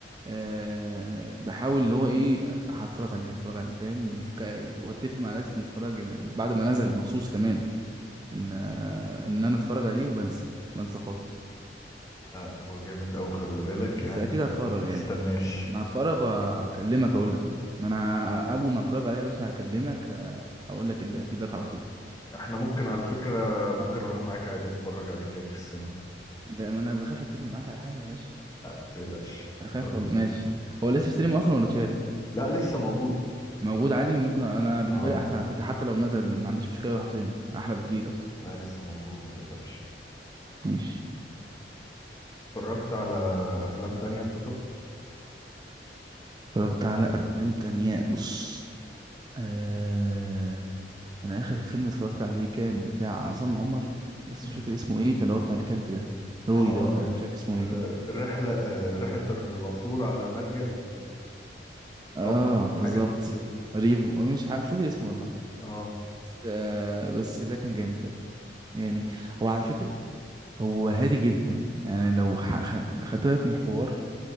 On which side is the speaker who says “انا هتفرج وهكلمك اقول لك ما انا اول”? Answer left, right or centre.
Right